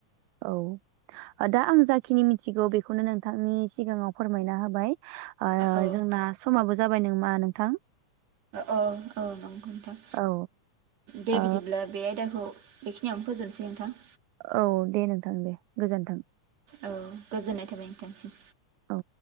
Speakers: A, on the right; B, on the right.
A: औ दा आं जाखिनि मिथिगौ बेखौनो नोंथांनि सिगाङाव फोरमायना होबाय।
B: औ
A: जोंना समाबो जाबाय नामा नोंथां।
B: औ औ नोंथां
A: औ
B: दे
A: ओ
B: बिदिब्ला बे आयदाखौ बेखिनियावनो फोजोबनोसै नोंथां।
A: औ दे नोंथां दे गोजोन्थों।
B: औ गोजोननाय थाबाय नोंथांसिम।
A: औ।